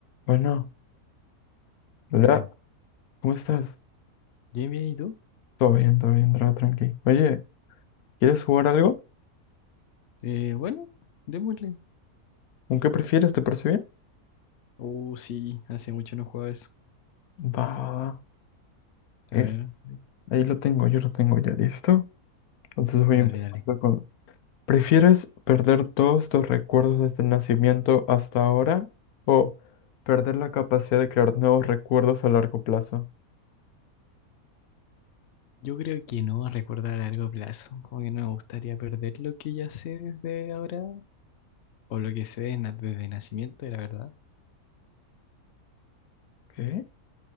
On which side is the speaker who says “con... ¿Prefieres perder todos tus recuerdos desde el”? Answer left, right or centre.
Left